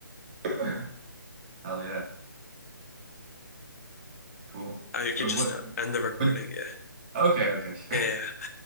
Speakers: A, on the right; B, on the left.
A: <laughs> Hell yeah, cool.
B: oh, you could
A: Uh, What
B: just uh, end the recording.
A: what
B: Yeah.
A: okay, okay, sure.
B: Yeah. yeah.